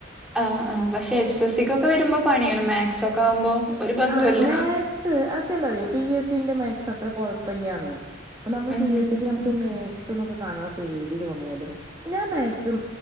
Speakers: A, in the centre; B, on the right (about 20°).
A: ആഹ് ആഹ് പക്ഷെ എസ് എസ് സിക്കൊക്കെ വരുമ്പോൾ പണിയാണ് മാക്സ് ഒക്കെ ആവുമ്പോ ഒരു ബന്ധുല്ല
B: ആ മാക്സ് പക്ഷെ എന്താറിയ പി എസ് സിന്റെ മാക്സ് അത്ര കുഴപ്പില്യാന്ന്. നമ്മള്
A: ഉം
B: പി എസ് സിക്ക്
A: ഉം
B: നമുക്ക് മാക്സ് എന്നൊക്കെ കാണുമ്പോ പേടി തോന്നിയാലും... ഞാൻ മാക്സും